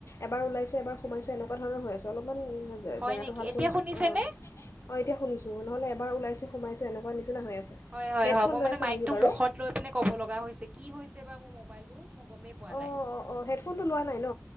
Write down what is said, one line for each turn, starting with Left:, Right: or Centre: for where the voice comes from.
Left: এবাৰ ওলাইছে এবাৰ সোমাই এনেকুৱা ধৰণৰ হৈ আছে অলপ অকণমান
Right: হয়
Left: জেগাটো
Right: নেকি
Left: ভাল
Right: এতিয়া
Left: কৰিছোঁ
Right: শুনিছেনে
Left: অঁ, অঁ এতিয়া শুনিছোঁ। নহলে এবাৰ ওলাইছে সোমাইছে এনেকুৱা নিচিনা হৈ আছে
Right: হয়-হয়
Left: হেডফোন
Right: মই
Left: লৈ
Right: মানে
Left: আছা
Right: মাইক
Left: নেকি
Right: টো
Left: বাৰু
Right: মূখত লৈ পিনে ক'ব লগা হৈছে কি হৈছে কিবা মোৰ মোবাইলটো মই গমেই পোৱা
Left: অহ-অহ-অহ,
Right: নাই
Left: হেডফোন টো লোৱা নাই ন?